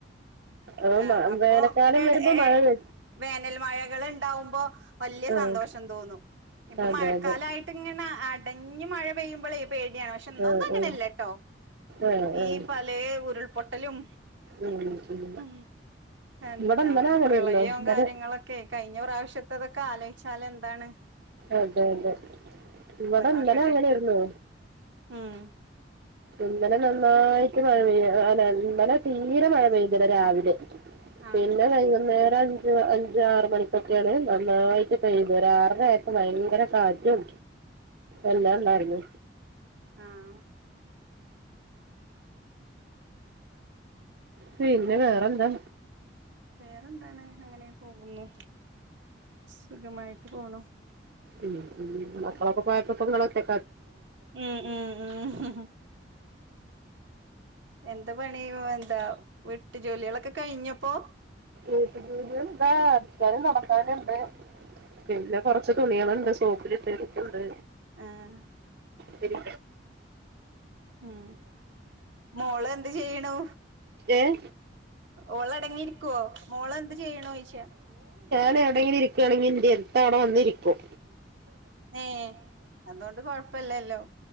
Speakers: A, on the right; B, on the right.
A: അപ്പൊ
B: ആ അപ്പോ
A: വേനൽക്കാലം
B: എടെ
A: വരുമ്പോ
B: ഏ
A: മഴ വെ
B: വേനൽ മഴകൾ ഉണ്ടാവുമ്പോ വലിയ
A: ആഹ്
B: സന്തോഷം തോന്നും ഇപ്പൊ
A: അതെ
B: മഴക്കാലായിട്ട്
A: അതെ
B: ഇങ്ങനെ കനി മഴ പെയ്യുമ്പോൾ പേടിയാണ് പക്ഷെ ഇന്നും
A: ആഹ്
B: അങ്ങനല്ല
A: ആഹ്
B: കേട്ടോ
A: ആഹ്
B: ഈ
A: ആഹ്
B: പല ഉരുൾ പൊട്ടലും
A: ഉം ഉം
B: ഉ എന്താ
A: ഇവിടെ ഇന്നലെ അങ്ങനെയായിരുന്നു
B: പ്രളയവും
A: ഇന്നലെ
B: കാര്യങ്ങളൊക്കെ കഴിഞ്ഞ പ്രാവശ്യത്തതൊക്കെ ആലോചി ശാല എന്താണ്
A: അതെ അതെ ഇവിടെ
B: അള്ള കാക്കട്ടെ
A: ഇന്നലെ അങ്ങനൊയിരുന്നു
B: ഉം
A: ഇന്നലെ നന്നായിട്ട് മഴമ്യ ആത ഇന്നലെ തീരെര മഴ പെയ്തിില്ല രാവിലെ ഉ
B: ആഹ്
A: പിന്നെ വൈകുന്നേരം അഞ്ച് അഞ്ച ആറ മണി ക്കെയാണ് നന്നായിട്ട് പെയ്യുന്നത് ഒരാ ഭയങ്കര സാദ്യം എല്ല എല്ലർമ
B: ആഹ
A: പിന്നെ വേറെന്താ
B: വേറെന്താണ് അങ്ങനെ പോകുന്നു സുഖമായിട്ട് പോണ
A: ഉ മക്കളൊക്കെ പോയപ്പോ പൊങ്കളക്കാ
B: ഉം ഉ ഉ എന്ത് പണിയ എന്താ വീട്ടു ജോലികളൊക്കെ കഴിഞ്ഞപ്പോ
A: ഏട്ട ദ വ ഞാനും നടക്കാനുണ്ട് പിന്നെ കൊറച്ച് തുണികളുണ്ട് എ സൗകര്യത്തെക്കണ്ട്
B: ആഹ
A: ശരി
B: ഉം മോള എന്ത് ചെയ്യണു
A: ഏഹ്
B: ഓളടങ്ങിയിരിക്ക ുവോ മോള എന്ത് ചെയ്യണോ ചോച്ച
A: എവിടെെങ്കിലും ഇരിക്കുണെങ്ക എ എടു അവിടെ വന്ന ഇരിക്കും
B: ഏ അതുകൊണ്ട് കൊഴപ്പല്ലല്ലോ